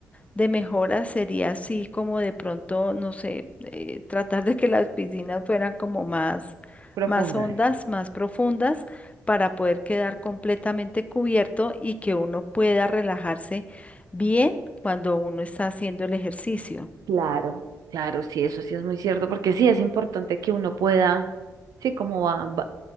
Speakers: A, on the left; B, on the right.
A: de mejora sería así como de pronto, no sé, eh, tratar de que las piscinas fueran como más,
B: profundas.
A: más hondas, más profundas, para poder quedar completamente cubierto y que uno pueda relajarse bien cuando uno está haciendo el ejercicio.
B: Claro, claro, sí, eso sí es muy cierto, porque sí es importante que uno pueda, sí, como va- va-